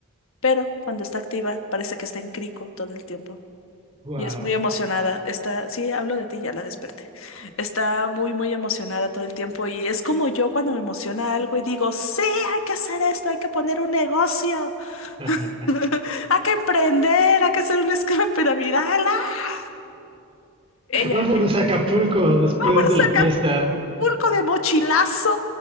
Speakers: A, on the left; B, on the right.
A: pero cuando está activa parece que está en crico todo el tiempo.
B: Wow.
A: Y es muy emocionada. Está, sí, hablo de ti, ya la desperté. Está muy, muy emocionada todo el tiempo. Y es como yo cuando me emociona algo y digo, sí, hay que hacer esto, hay que poner un negocio,
B: <laughs>
A: <laughs> hay que emprender, hay que hacer un esquema piramidal. ¡ah! Ella,
B: Vámonos a Acapulco después
A: vámonos
B: de la
A: al
B: fiesta.
A: Pulco de mochilazo.